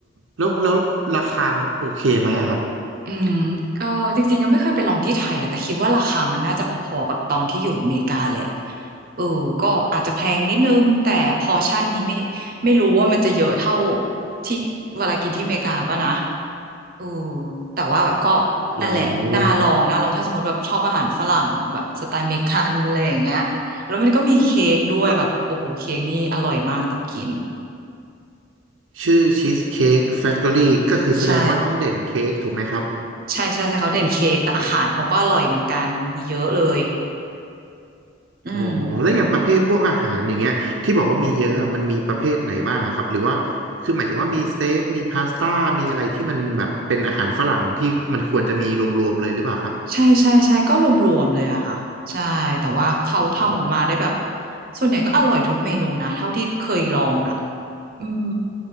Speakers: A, on the right; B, on the right.
A: แล้วแล้วราคามันโอเคไหมอะครับ
B: อืมก็จริงๆยังไม่เคยไปลองที่ไทยอ่ะแต่คิดว่าราคามันน่าจะพอๆกับตอนที่อยู่อเมริกาแหละเออก็อาจจะแพงนิดนึงแต่พอร์ชั่นนี้ไม่ไม่รู้ว่ามันจะเยอะเท่าที่เวลากินที่อเมริกาป่ะนะเออแต่ว่าแบบก็
A: อ๋อ
B: นั่นแหละน่าลองนะลองถ้าสมมติแบบชอบอาหารฝรั่งแบบสไตล์อเมริกันอะไรอย่างเงี้ยแล้วมันก็มีเค้กด้วยแบบโอ้โหเค้กนี่อร่อยมากต้องกิน
A: แล้วชื่อชีสเค้กแฟ c ทอรี่ก็คือแสดงว่าต้องเด่นเค้กถูกไหมครับ
B: ใช่ใช่ใช่ใช่เขาเด่นเค้กแต่อาหารเขาก็อร่อยเหมือนกันมีเยอะเลยอืม
A: อ๋อแล้วอย่างประเภทพวกอาหารอย่างเงี้ยที่บอกว่ามีเยอะอะมันมีประเภทไหนบ้างอะครับหรือว่าคือหมายถึงว่ามีสเต็กมีพาสต้ามีอะไรที่มันแบบเป็นอาหารฝรั่งที่มันควรจะมีรวมๆเลยหรือเปล่าครับ
B: ใช่ใช่ใช่ก็รวมๆเลยอะค่ะใช่แต่ว่าเขาทำออกมาได้แบบ
A: อ๋อ
B: ส่วนใหญ่ก็อร่อยทุกเมนูนะเท่าที่เคยลองอะอืม